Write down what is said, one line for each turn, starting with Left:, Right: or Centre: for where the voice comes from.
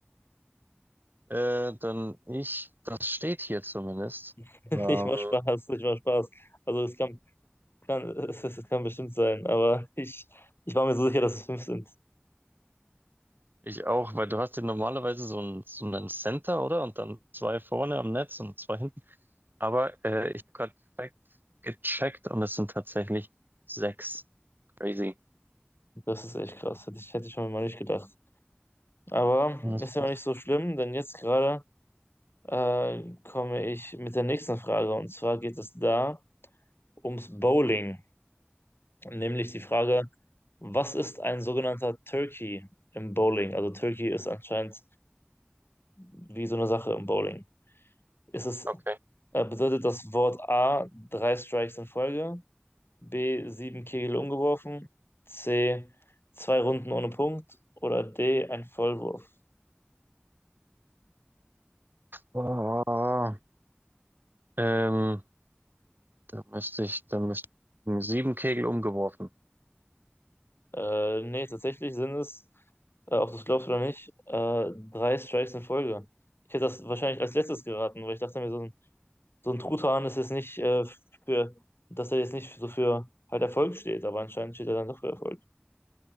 Right: Äh, dann ich, das steht hier zumindest.
Left: <laughs>
Right: Ähm,
Left: Ich mach Spaß, ich mach Spaß. Also es kann, kann, es, es kann bestimmt sein, aber ich, ich war mir so sicher, dass es fünf sind.
Right: ich auch, weil du hast ja normalerweise so ein, so einen Center, oder? Und dann zwei vorne am Netz und zwei hinten. Aber äh, ich habe gerade Fact gecheckt und es sind tatsächlich sechs. Crazy.
Left: Das ist echt krass. Hätte ich, hätte ich schon mal nicht gedacht. Aber
Right: <laughs>
Left: ist ja auch nicht so schlimm, denn jetzt gerade äh, komme ich mit der nächsten Frage. Und zwar geht es da ums Bowling. Nämlich die Frage, was ist ein sogenannter Turkey im Bowling? Also Turkey ist anscheinend wie so eine Sache im Bowling. Ist es,
Right: Okay.
Left: äh, bedeutet das Wort A drei Strikes in Folge, B sieben Kegel umgeworfen, C zwei Runden ohne Punkt oder D ein Vollwurf?
Right: Ah, ähm, da müsste ich, da müsste ich sieben Kegel umgeworfen.
Left: Äh, nee, tatsächlich sind es, äh, ob du es glaubst oder nicht, äh, drei Strikes in Folge. Ich hätte das wahrscheinlich als letztes geraten, weil ich dachte mir, so ein, so ein Truthahn ist jetzt nicht äh, für, dass er jetzt nicht so für halt Erfolg steht, aber anscheinend steht er dann doch für Erfolg.